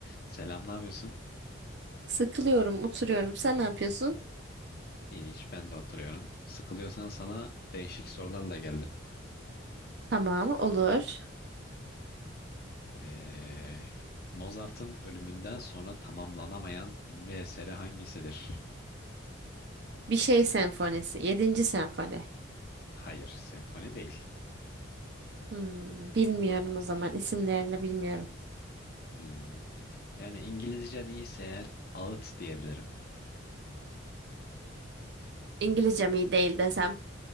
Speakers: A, on the left (about 50°); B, on the right (about 55°).
A: Selam, ne yapıyorsun?
B: Sıkılıyorum, oturuyorum. Sen ne yapıyorsun?
A: İyi, hiç ben de oturuyorum. Sıkılıyorsan sana değişik sorularla geldim.
B: Tamam, olur.
A: Ee, Mozart'ın ölümünden sonra tamamlanamayan ünlü eseri hangisidir?
B: Bir şey senfonisi. Yedinci senfoni.
A: Hayır, senfoni değil.
B: Hmm, bilmiyorum o zaman. İsimlerini bilmiyorum.
A: Hmm. Yani İngilizcen iyiyse eğer ağıt diyebilirim.
B: İngilizcem iyi değil desem.